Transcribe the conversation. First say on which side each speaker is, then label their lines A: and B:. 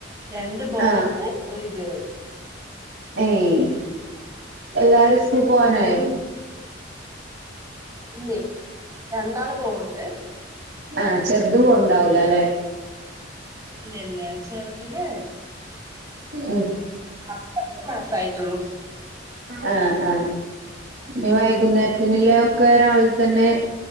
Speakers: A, on the right; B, on the right.
A: രണ്ട് ബോയ്സ്,
B: ആഹ്
A: ഒരു ഗേൾ.
B: ഏയ് എല്ലാരും സ്കൂൾക്കോവാനായോ
A: ഉം ഇല്ലേ രണ്ടാള് പോവ്ണ്ട്.
B: ആ ചെറുത് പോവ്ണ്ടാവൂലലെ
A: ഇല്ലല്ല ചെറുതിന്
B: ഉം
A: പത്ത് മാസായിട്ടുള്ളൂ
B: ആ ആ ഇ വൈകുന്നേരത്തിനുള്ള ഒക്കെ രാവിൽതെന്നെ